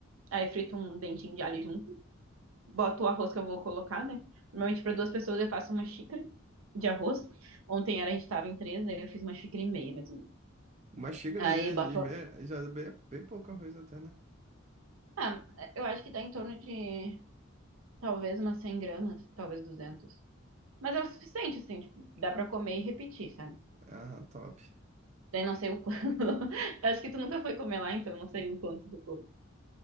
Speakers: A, on the right (about 75°); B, on the right (about 35°).
A: Aí frito um dentinho de alho junto. Boto o arroz que eu vou colocar, né? Normalmente, para duas pessoas, eu faço uma xícara de arroz. Ontem era, a gente tava em três, né? Eu fiz uma xícara e meia, mais ou menos.
B: Mas xícaras
A: Aí
B: né,
A: boto...
B: e meia já é bem, bem pouco arroz até, né?
A: Ah, eu acho que dá em torno de, talvez, umas 100 gramas, talvez 200. Mas é o suficiente, assim, tipo, dá pra comer e repetir, sabe?
B: Aham, top.
A: Daí não sei o quanto. <laughs> Acho que tu nunca foi comer lá, então não sei o quanto do corpo